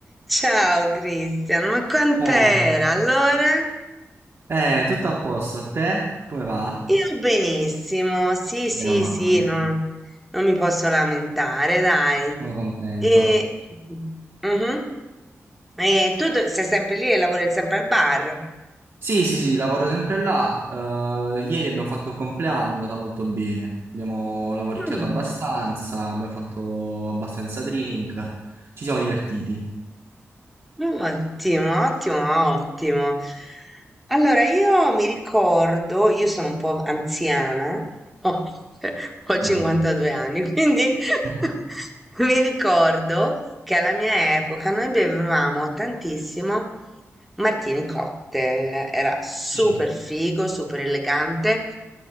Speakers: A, in the centre; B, on the right.
A: Ciao Cristian, ma quant'era?
B: Ciao.
A: Allora?
B: Eh, tutto a posto, a te? Come va?
A: Io benissimo, sì, sì,
B: Meno male,
A: sì, no, non mi posso lamentare, dai.
B: sono contento.
A: E, Mhm. E tu do- sei sempre lì e lavori sempre al bar?
B: Sì, sì, sì, lavoro sempre là. Eh, ieri abbiamo fatto un compleanno, è andata molto bene. Abbiamo lavoricchiato
A: Mm.
B: abbastanza, abbiamo fatto abbastanza drink, ci siamo divertiti.
A: Ottimo, ottimo, ottimo. Allora, io mi ricordo, io sono un po' anziana, ho, <laughs> ho 52
B: No.
A: anni, quindi <laughs>
B: <laughs>
A: mi ricordo che alla mia epoca noi bevevamo tantissimo Martini Cocktail, era super
B: Sì,
A: figo, super elegante